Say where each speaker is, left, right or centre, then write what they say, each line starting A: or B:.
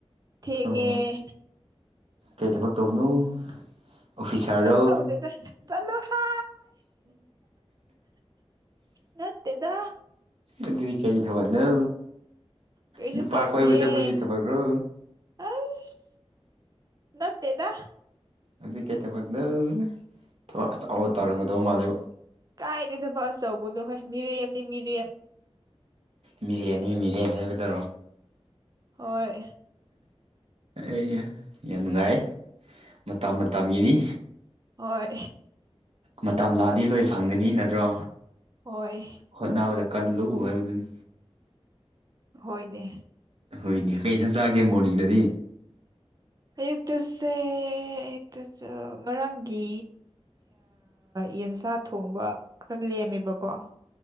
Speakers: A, on the right; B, on the right.
A: ꯊꯦꯡꯉꯦ
B: ꯑꯣ ꯀꯩ ꯊꯕꯛ ꯇꯧꯕꯅꯣ ꯑꯣꯐꯤꯁꯥꯔꯔꯣ
A: ꯀꯁ ꯆꯧꯗꯅ ꯆꯂꯣ ꯍ ꯅꯠꯇꯦꯗ
B: ꯑꯗꯨꯏ ꯀꯩ ꯊꯕꯛꯅꯣ
A: ꯀꯩꯁꯨ
B: ꯅꯨꯄꯥ
A: ꯇꯧꯗꯤꯌꯦ
B: ꯀꯣꯏꯕ ꯆꯠꯄꯒꯤ ꯊꯕꯛꯔꯣ
A: ꯑꯁ ꯅꯠꯇꯦꯗ
B: ꯑꯗꯨꯏ ꯀꯩ ꯊꯕꯛꯅꯣ ꯊꯕꯛ ꯑꯆꯧꯕ ꯇꯧꯔꯝꯒꯗꯧ ꯃꯥꯜꯂꯦꯕ
A: ꯀꯥꯏꯗꯩꯩ ꯊꯕꯛ ꯑꯆꯧꯕꯅꯣ ꯍꯣꯏ ꯃꯤꯔꯦꯝꯅꯤ ꯃꯤꯔꯦꯝ
B: ꯃꯤꯔꯦꯝ ꯅꯤ ꯃꯤꯔꯦꯝ ꯍꯥꯏꯕꯗꯣ
A: ꯍꯣꯏ
B: ꯑꯩ ꯌꯥꯝ ꯅꯨꯡꯉꯥꯏ ꯃꯇꯝ ꯃꯇꯝꯒꯤꯅꯤ
A: ꯍꯣꯏ
B: ꯃꯇꯝ ꯂꯥꯛꯑꯗꯤ ꯂꯣꯏ ꯐꯪꯒꯅꯤ ꯅꯠꯇ꯭ꯔꯣ
A: ꯍꯣꯏ
B: ꯍꯣꯠ ꯅꯥꯕꯗ ꯀꯜꯂꯨ ꯍꯥꯏꯕꯗꯨꯅꯤ
A: ꯍꯣꯏꯅꯦ
B: ꯍꯣꯏꯅꯦ ꯀꯩ ꯏꯟꯁꯥꯡ ꯆꯥꯒꯦ ꯃꯣꯔꯅꯤꯡꯗꯗꯤ
A: ꯑꯌꯨꯛꯇꯁꯦ ꯑꯌꯨꯛꯇ ꯉꯔꯥꯡꯒꯤ ꯌꯦꯟꯁꯥ ꯊꯣꯡꯕ ꯈꯔ ꯂꯦꯝꯃꯦꯕꯀꯣ